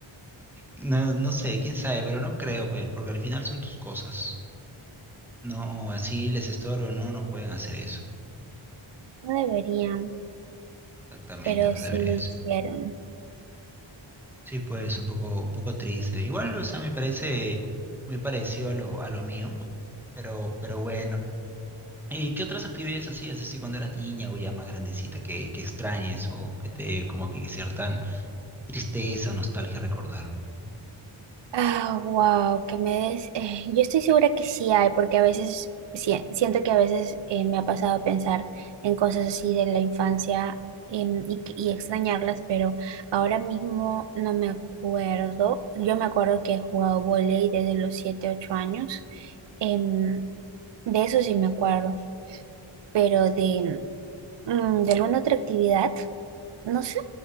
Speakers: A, in the centre; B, on the right.
A: No, no sé, quién sabe, pero no creo, pe, porque al final son tus cosas. No, así les estorbo, no, no pueden hacer eso.
B: No deberían,
A: Exactamente,
B: pero
A: no
B: sí
A: deberían
B: lo hicieron.
A: ser. Sí, pues, un poco, un poco triste. Igual, o sea, me parece muy parecido a lo, a lo mío, pero, pero bueno. ¿Y qué otras actividades hacías así cuando eras niña o ya más grandecita que, que extrañes o que te como que cierta tristeza o nostalgia recordar?
B: Ah, wow, que me des... eh, yo estoy segura que sí hay, porque a veces sie- siento que a veces eh, me ha pasado pensar en cosas así de la infancia em, y, que- y extrañarlas, pero ahora mismo no me acuerdo. Yo me acuerdo que he jugado vóley desde los 7 8 años. Em, de eso sí me acuerdo, pero de, mm, de alguna otra actividad. No sé,